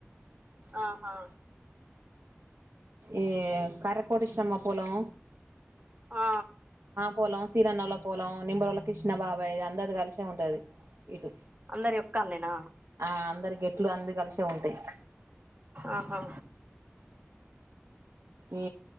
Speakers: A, on the right; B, on the right.
A: ఆహా
B: ఏ కర్రె కోడిచ్చినమ్మా పొలం
A: ఆ
B: పోలం సినన్నల్ల పొలం నింబరుల కృష్ణ బాబాయి ది అందరిది కలిసే ఉంటది. ఇటు
A: అందరి యొక్క అన్నేనా
B: ఆ అందరి గెట్లు అన్ని కలిసే ఉంటాయి.
A: ఆహా
B: ఈ